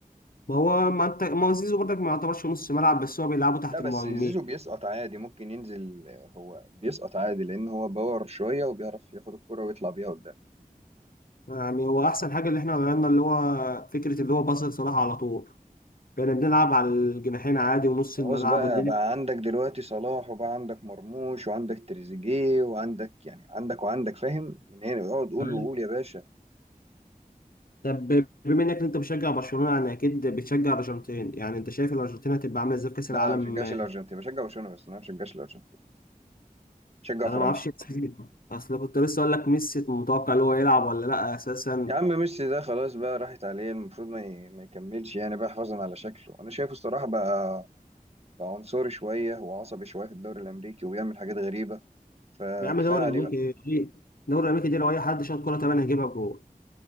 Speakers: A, on the left (about 70°); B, on the right (about 45°).
A: وهو ما انت ما هو زيزو برضك ما يعتبرش نص ملعب بس هو بيلعبه تحت
B: لا بس
A: المهاجمين
B: زيزو بيسقط عادي ممكن ينزل هو بيسقط عادي لأن هو باور شوية وبيعرف ياخد الكرة ويطلع بيها قدام
A: يعني هو احسن حاجة اللي احنا غيرنا اللي هو فكرة اللي هو باص لصلاح على طول كنا بنلعب على الجناحين عادي ونص
B: خلاص
A: الملعب
B: بقى
A: والدنيا
B: بقى عندك دلوقتي صلاح وبقى عندك مرموش وعندك تريزيجيه وعندك يعني عندك وعندك فاهم من هنا اقعد قول
A: تمام
B: وقول يا باشا
A: طب بما انك انت بتشجع برشلونه يعني اكيد بتشجع الارجنتين يعني انت شايف الارجنتين هتبقى عامله ازاي في كاس
B: لا
A: العالم
B: انا ما بشجعش
A: آه،
B: الارجنتين بشجع برشلونه بس انا ما بشجعش الارجنتين بشجع
A: انا
B: فرنسا
A: ما اعرفش <laughs> اصل كنت لسه اقول لك ميسي متوقع اللي هو يلعب ولا لا اساسا
B: يا عم ميسي ده خلاص بقى راحت عليه المفروض ما ي... ما يكملش يعني بقى حفاظا على شكله انا شايفه الصراحه بقى بقى عنصري شويه وعصبي شويه في الدوري الامريكي وبيعمل حاجات غريبه فكفايه
A: يا عم دوري
B: عليه
A: امريكي
B: بقى
A: دي- دوري امريكي دي لو اي حد شاط كوره تمام هيجيبها جوه